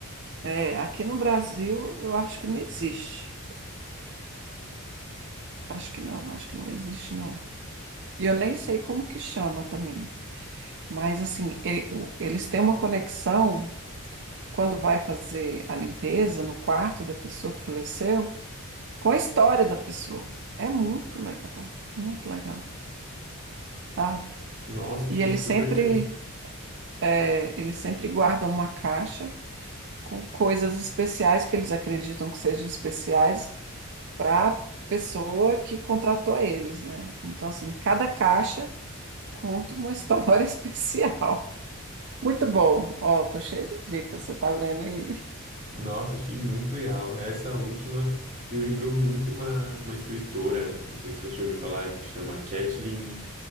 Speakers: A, on the right (about 55°); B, on the right (about 35°).
A: É, aqui no Brasil, eu acho que não existe. Acho que não, acho que não existe, não. E eu nem sei como que chama também. Mas assim, e- o- eles têm uma conexão quando vai fazer a limpeza no quarto da pessoa que faleceu com a história da pessoa. É muito legal, muito legal, sabe?
B: Nossa, achei
A: E eles
B: super
A: sempre,
B: diferente.
A: é, eles sempre guardam uma caixa com coisas especiais que eles acreditam que sejam especiais para a pessoa que contratou eles, né? Então, assim, cada caixa conta uma história <laughs> especial. Muito bom. Ó, tô cheia de dicas, você tá vendo isso?
B: Nossa, achei muito legal. Essa última me lembrou muito uma, uma escritora, não sei se você já ouviu falar, que chama Kathleen